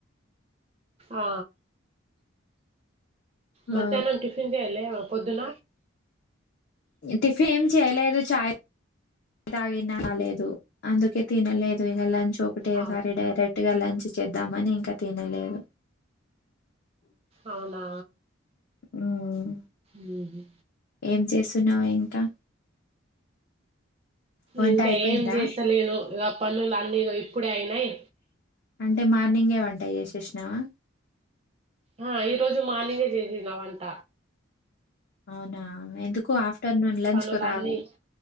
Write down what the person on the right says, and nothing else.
ఆ మధ్యాహ్నం
టిఫిన్ చేయాలె పొద్దున
ఆ,
అవునా
మ్ హు
ఇంకా
ఏం చేస్తలేను ఇక పనులు అన్నీ ఇప్పుడే అయినాయి
ఆ ఈ రోజు మార్నింగే చేసిన వంట
పనులన్నీ